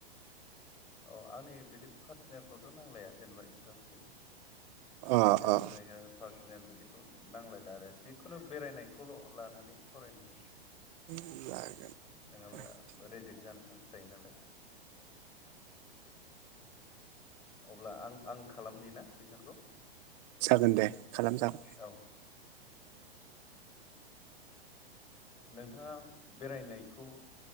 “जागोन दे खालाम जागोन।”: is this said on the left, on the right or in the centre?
Right